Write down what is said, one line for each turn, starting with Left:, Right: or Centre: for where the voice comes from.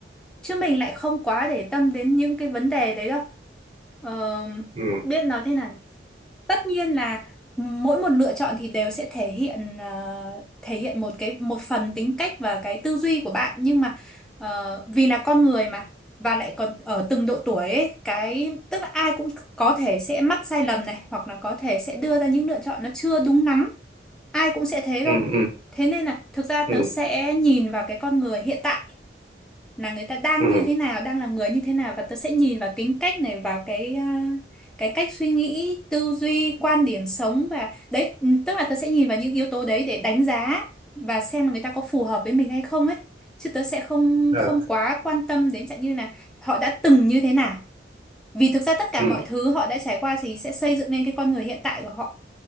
Centre: Chứ mình lại không quá để tâm đến những cái vấn đề đấy đâu. Ờ,
Right: ừ
Centre: biết nói thế nào tất nhiên là mỗi một lựa chọn thì đều sẽ thể hiện ờ, thể hiện một cái một phần tính cách và cái tư duy của bạn nhưng mà ờ, vì là con người mà và lại còn ở từng độ tuổi ấy, cái tức là ai cũng có thể sẽ mắc sai lầm này hoặc là có thể sẽ đưa ra những lựa chọn nó chưa đúng lắm ai cũng sẽ thế
Right: ừ
Centre: thôi
Right: ừ
Centre: thế nên là thực ra tớ
Right: ừ
Centre: sẽ nhìn vào cái con người hiện tại là người ta đang
Right: ừ
Centre: như thế nào đang là người như thế nào và tớ sẽ nhìn vào tính cách này vào cái à, cái cách suy nghĩ tư duy quan điểm sống và đấy ừ, tức là tớ sẽ nhìn vào những yếu tố đấy để đánh giá và xem là người ta có phù hợp với mình hay không ấy chứ tớ sẽ không
Right: ờ,
Centre: không quá quan tâm đến chẳng như là họ đã từng như thế nào vì thực ra tất cả
Right: ừ
Centre: mọi thứ họ đã trải qua thì sẽ xây dựng nên cái con người hiện tại của họ